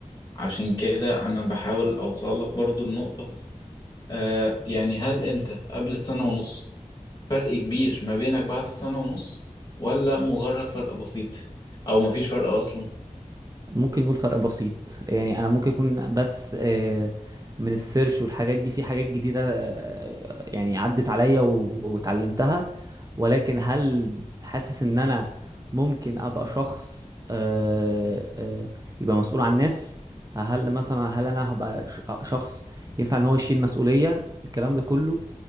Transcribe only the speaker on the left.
عشان كده انا بحاول اوصلك برضو لنقطة آه يعني هل انت قبل السنة ونص فرق كبير ما بينك بعد السنة ونص ولا مجرد فرق بسيط او مفيش فرق اصلا